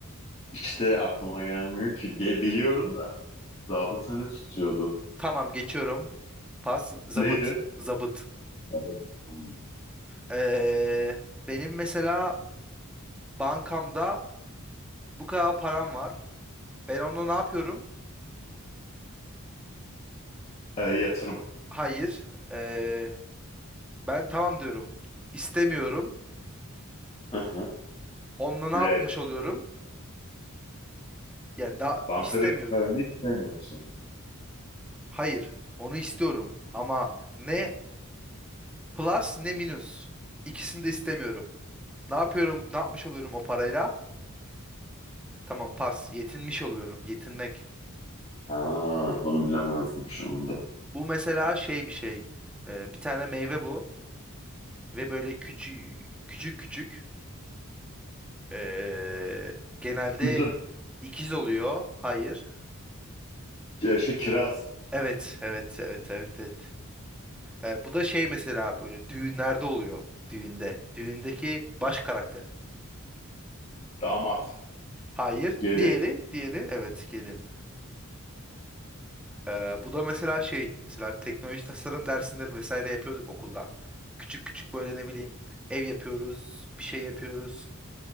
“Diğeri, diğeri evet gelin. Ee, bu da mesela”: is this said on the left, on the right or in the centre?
Centre